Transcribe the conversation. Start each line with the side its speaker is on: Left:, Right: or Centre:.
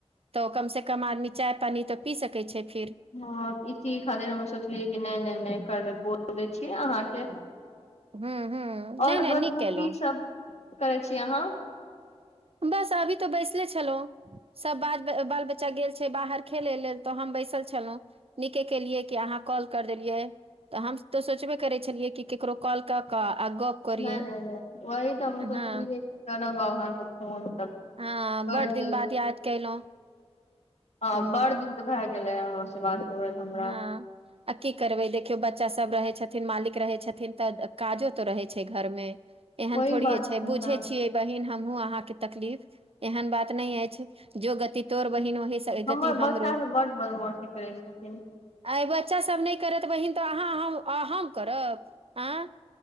Right: तौं कम से कम आदमी चाय पानी तऽ पी सकै छै फेर।
Left: हँ इ चीज खातिर हम सोचलियै कि, नहि-नहि-नहि कर बोल दय छियै अहाँके
Right: हूँ हूँ
Left: आओर
Right: नहि नहि
Left: बदबू
Right: नीक कयलहुँ
Left: की सब करै छी अहाँ।
Right: बस अभी त बैसले छलौ। सब बाज बाल-बच्चा गेल छै बाहर खेले लेल, तऽ हम बैसल छलौ। नीके केलियै कि अहाँ कॉल कर देलियै। तऽ हम त सोचबे करै छलियै कि, ककरो कॉल कऽ-कऽ आ गप करियै
Left: नहि-नहि-नहि वही तऽ हम सोचलियै
Right: हँ
Left: करब आब अहाँ के फोन। त
Right: हँ
Left: कर
Right: बड
Left: देलऊ,
Right: दिन बाद याद कयलहुँ
Left: हँ
Right: हूँ
Left: बड़ दिन त भए गेलै अहो से बात। होएल हमरा
Right: हँ आ की करबै देखियौ, बच्चा सब रहै छथिन, मालिक रहै छथिन, तऽ काजो तऽ रहै छै घरमे। एहन
Left: ओहि
Right: थोड़ीेये
Left: बात
Right: छै,
Left: ने
Right: बुझे छियै बहिन हमहु अहाँके तकलीफ, एहन बात नहि अछि। जो गति तोड़ बहिन, ओहि स
Left: हमर
Right: गति हमरो।
Left: बच्चा सब बड बदमाशी करै छै। <unintelligible>
Right: आय बच्चासब नहि करत बहीन, तऽ अहाँ हम-हम करब आँ।